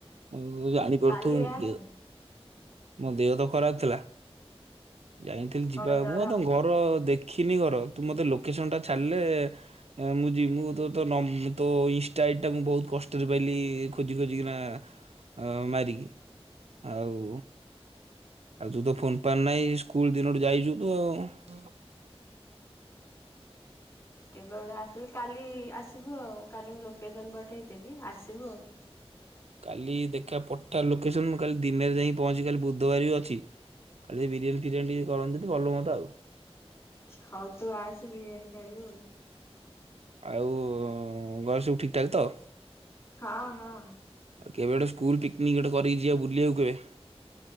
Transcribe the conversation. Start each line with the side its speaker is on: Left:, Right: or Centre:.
Right: ଉଁ ଜାଣି ପାରୁଥୁବୁ
Left: କାଲି ଆସେ
Right: ଦେ ମୋ ଦେହ ମୋ ଦେହ ତ ଖରାପ ଥିଲା। ଯାଇ ନଥିଲି,
Left: କଣ
Right: ଯିବା ଆଉ
Left: ଜର?
Right: ମୁଁ ବା ତମ ଘର। ତୋର ଦେଖିନି ଘର। ତୁ ମତେ ଲୋକେସନ୍ ଟା ଛାଡ଼ିଲେ। ଏଁ ମୁଁ ଯିବ ମୁଁ ତ ତୋ ନମ୍ବ ତୋ ଇନଷ୍ଟା ଆଇଡି ଟା ମୁଁ ବହୁତ କଷ୍ଟରେ ପାଇଲି ଖୋଜି ଖୋଜିି କିନା। ଆଉ ମାରିକି। ଆଉ ଆଉ ତୁ ତ ଫୋନ ଫାନ ନାହିଁ। ସ୍କୁଲ ଦିନଠୁ ଯାଇଛୁ ତୁ ଆଉ। <inaudible>
Left: କେବେ ଗୋଟେ ଆସିଲେ କାଲି ଆସିବୁ ଆଉ। କାଲି ମୁଁ ଲୋକେସନ ପଠେଇଦେବି ଆସିବୁ ଆଉ।
Right: କାଲି ଦେଖିବା ପଠା ଲୋକେସନ୍। ମୁଁ କାଲି ଦିନରେ ଯାଇଁକି ପହଞ୍ଚିବି କାଲି ବୁଧବାର ବି ଅଛି। କାଲି ଯଦି ବିରିୟାନୀ ଫିରିୟାନୀ ଟିକେ କରନ୍ତୁ ଯଦି ଭଲ ହୁଅନ୍ତା ଆଉ।
Left: ହଉ ତୁ ଆସେ ବିରିୟାନୀ ଖାଇବୁ ଆଉ।
Right: ଆଉ ଉଁ ଘରେ ସବୁ ଠିକ୍ ଠାକ୍ ତ?
Left: ହଁ, ହଁ।
Right: ଆଉ କେବେ ଗୋଟ ସ୍କୁଲ ପିକନିକ୍ ଗୋଟେ କରକି ଯିବା ବୁଲିବାକୁ କେବେ?